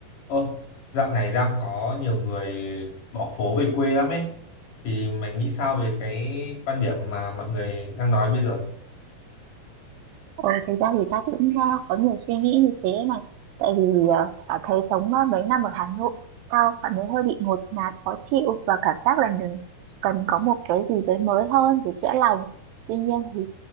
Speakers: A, on the left; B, on the right.
A: Ơ, dạo này đang có nhiều người bỏ phố về quê lắm ấy. Thì mày nghĩ sao về cái quan điểm mà mọi người đang nói bây giờ?
B: Ờ, thực ra thì ta cũng ờ, có nhiều suy nghĩ như thế này tại vì ờ, ta thấy sống ờ, mấy năm ở Hà Nội tao cảm thấy hơi bị ngột ngạt khó chịu và cảm giác là mình cần có một cái gì đấy mới hơn để chữa lành tuy nhiên thì